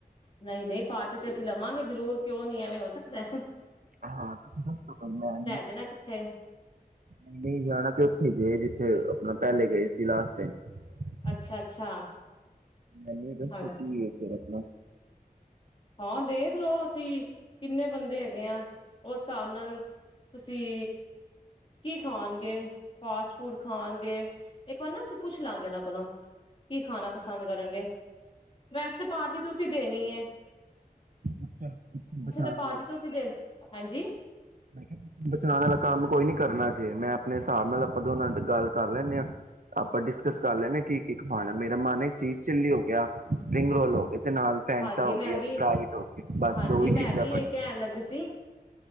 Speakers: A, on the left (about 35°); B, on the right (about 60°).
A: ਨਹੀਂ ਨਹੀਂ ਪਾਰਟੀ ਤੇ ਅਸੀਂ ਲਵਾ ਆਵਾਂਗੇ ਜਰੂਰ ਕਿਉਂ ਨੀ ਐਵੇਂ ਹੋ ਸਕਦੈ
B: ਹਾਂ ਤੁਸੀਂ ਨਾ
A: ਜਾਣਾ ਕਿੱਥੇ
B: ਨਹੀਂ ਜਾਣਾ ਤੇ ਉੱਥੇ ਗੇ ਜਿੱਥੇ ਆਪਣਾ ਪਹਿਲੇ ਗਏ ਸੀ ਲਾਸਟ ਟਾਈਮ
A: ਅੱਛਾ ਅੱਛਾ
B: ਮੈਨੂੰ ਇਹ ਦੱਸਦੇ
A: ਹਾਂਜੀ
B: ਕਿ ਹੈ ਫਿਰ ਆਪਣਾ
A: ਹਾਂ ਦੇਖ ਲਓ ਅਸੀਂ ਕਿੰਨੇ ਬੰਦੇ ਹੈਗੇ ਆਂ ਉਸ ਸਾਬ ਨਾਲ ਤੁਸੀਂ ਕੀ ਖਣਗੇ ਫਾਸਟ ਫੂਡ ਖਾਣਗੇ ਇੱਕ ਵਾਰ ਨਾ ਅਸੀਂ ਪੁੱਛ ਲਾਂਗੇ ਉਹਨਾਂ ਕੋਲੋਂ ਕੀ ਖਾਣਾ ਪਸੰਦ ਕਰਨਗੇ ਵੈਸੇ ਪਾਰਟੀ ਤੁਸੀਂ ਦੇਣੀ ਏ
B: ਬਚਾ ਬਚਾਣ
A: ਪਾਰਟੀ
B: ਅਲਾ
A: ਤੁਸੀਂ ਦੇ ਹਾਂਜੀ
B: ਮੈਂ ਕਿਹਾ ਬਚਾਣ ਅਲਾ ਕੰਮ ਕੋਈ ਨੀ ਕਰਨਾ ਜੇ ਮੈਂ ਆਪਣੇ ਆਪਾਂ ਦੋਨਾਂ ਤੇ ਗੱਲ ਕਰ ਲੈਨੇ ਆਂ ਆਪਾਂ ਡਿਸਕਸ ਕਰ ਲੈਨੇ ਕੀ ਕੀ ਖਾਣੈ ਮੇਰਾ ਮਨ ਏ ਚੀਜ਼ ਚਿੱਲੀ ਹੋ ਗਿਆ ਸਪ੍ਰਿੰਗ ਰੋਲ ਹੋਗੇ ਤੇ ਨਾਲ ਫੈਂਟਾ
A: ਹਾਂਜੀ
B: ਹੋਗੀ
A: ਮੈਂ ਵੀ
B: ਐ ਸਪ੍ਰਾਈਟ ਹੋਗੀ ਬਸ
A: ਹਾਂਜੀ
B: ਦੋ ਈ ਚੀਜ਼ਾਂ
A: ਮੈਂ ਵੀ
B: ਬਰੀਆਂ
A: ਇਹ ਕਹਿਣ
B: ਨੇ
A: ਲੱਗੀ ਸੀ